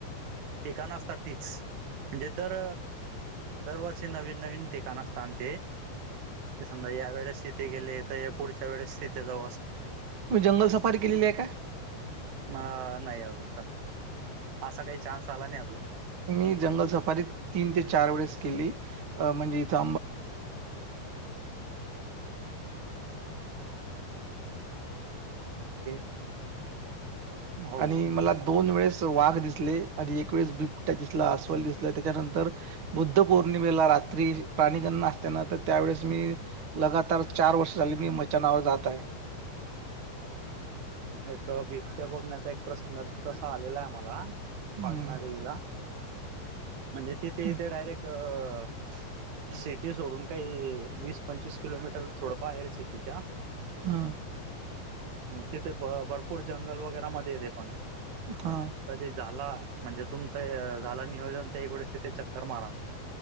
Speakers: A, on the right; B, on the right.
A: ठिकाणं असतात, फिक्स. म्हणजे, तर दरवर्षी नवीन-नवीन ठिकाण असतात आमचे. की समजा, या वेळेस इथे गेले, त पुढच्या वेळेस तिथे जाऊ असं.
B: तुम्ही जंगल सफारी केलेली आहे काय?
A: अ, नाही. अजून तर असा काही चान्स आला नाही, अजून.
B: मी जंगलात सफारी तीन ते चार वेळा केली, म्हणजे इथं <unintelligible> <unintelligible>
A: हो
B: आणि मला दोन वेळेस वाघ दिसले आणि दिसल! अस्वल दिसलं! त्याच्यानंतर, बुद्ध पौर्णिमेला रात्री प्राणीगणना असते ना, तर त्यावेेळेस मी लगातार चार वर्ष झाली, मी मैचानावर जात आहे.
A: एक बिबट्या बघण्याचा एक प्रसंग तसा आलेला आहे आम्हाला.
B: हं,
A: पाटणा देेवीला. म्हणजे तिथे
B: हं,
A: ते डायरेक्ट अ सिटी सोडून काही वीस-पंचवीस किलोमीटर, थोडं बाहेर सिटीच्या
B: हं,
A: तिथे भ भरपूर जंगल, वगैरा मध्ये येते, पण
B: हं.
A: कधी झाला म्हणजे तुमचं झाला नियोजन ते एक वेळेस तिथे चक्कर मारा.